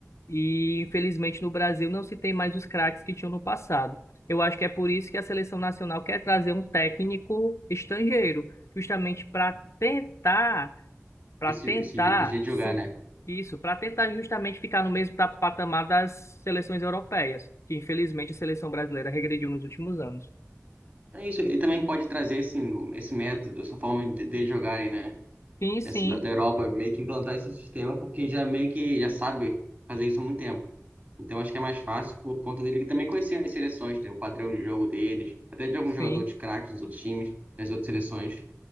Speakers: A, on the left; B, on the right.
A: e, infelizmente, no Brasil não se tem mais os craques que tinham no passado. Eu acho que é por isso que a seleção nacional quer trazer um técnico estrangeiro, justamente para tentar para
B: Esse,
A: tentar
B: esse, esse jeito de
A: su-
B: jogar, né?
A: isso, para tentar justamente ficar no mesmo ta- patamar das seleções europeias, que infelizmente a seleção brasileira regrediu nos últimos anos.
B: É isso, ele também pode trazer esse, esse método, essa forma de, de jogarem, né?
A: Sim, sim,
B: essa da da Europa meio que implantar esse sistema porque já meio que já sabe fazer isso há muito tempo. Então acho que é mais fácil por conta dele também conhecer as seleções, né, o padrão de jogo deles, até de alguns
A: sim,
B: jogadores craques dos outros times, das outras seleções.